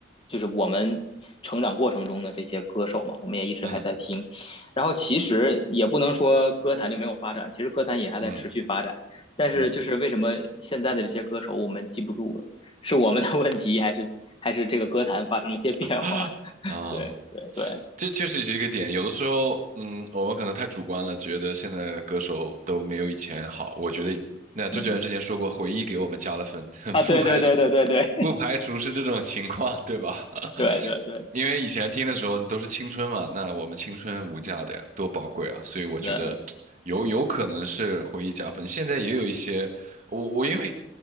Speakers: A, on the left; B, on the right.
A: 就是我们成长过程中的这些歌手嘛，我们也一直还在听，
B: 嗯
A: 然后其实也不能说歌坛就没有发展，其实歌坛也还在持续发展，
B: 嗯
A: 但是就是为什么现在的这些歌手我们记不住了，
B: 嗯，
A: 是我们的问题，还是还是这个歌坛发生了一些变化？
B: <gasps>
A: <laughs>
B: 啊，
A: 对对对，
B: 这确实是一个点。有的时候，嗯，我们可能太主观了，觉得现在的歌手都没有以前好。我觉得，那周杰伦之前说过，
A: 嗯。
B: 回忆给我们加了分，<laughs>
A: 啊，对对对对对对，
B: 不排除不排除是这种情况，对吧？<laughs>
A: 对对对
B: 因为以前听的时候都是青春嘛，那我们青春无价的呀，多宝贵啊！所以我觉得有有可能是回忆加分。
A: 对，嗯
B: 现在也有一些，我我因为